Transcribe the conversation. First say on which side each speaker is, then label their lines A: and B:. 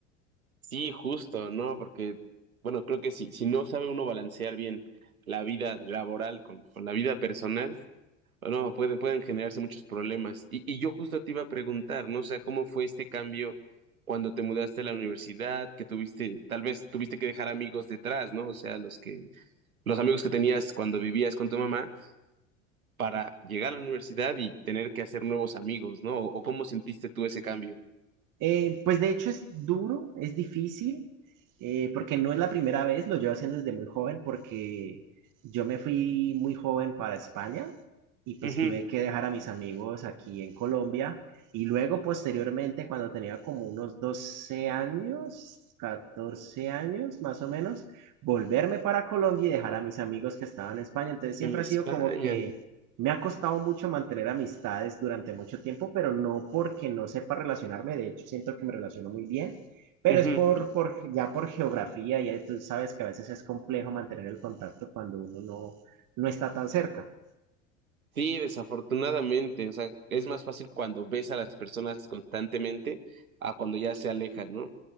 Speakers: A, on the right; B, on the right.
A: Sí, justo, ¿no? Porque, bueno, creo que si si no sabe uno balancear bien la vida laboral con, con la vida personal, O No, pueden, pueden generarse muchos problemas. Y, y yo justo te iba a preguntar, ¿no? O sea, ¿cómo fue este cambio cuando te mudaste a la universidad? Que tuviste, tal vez tuviste que dejar amigos detrás, ¿no? O sea, los que, los amigos que tenías cuando vivías con tu mamá para llegar a la universidad y tener que hacer nuevos amigos, ¿no? ¿O cómo sentiste tú ese cambio?
B: Eh, pues de hecho es duro, es difícil, eh, porque no es la primera vez, lo llevo haciendo desde muy joven, porque yo me fui muy joven para España y pues
A: Ujú,
B: tuve que dejar a mis amigos aquí en Colombia y luego posteriormente cuando tenía como unos 12 años, 14 años más o menos, volverme para Colombia y dejar a mis amigos que estaban en España. Entonces siempre
A: En España.
B: ha sido como que me ha costado mucho mantener amistades durante mucho tiempo, pero no porque no sepa relacionarme, de hecho siento que me relaciono muy bien, pero
A: Ujú.
B: es por, por ya por geografía, ya tú sabes que a veces es complejo mantener el contacto cuando uno no, no está tan cerca.
A: Sí, desafortunadamente, o sea, es más fácil cuando ves a las personas constantemente a cuando ya se alejan, ¿no?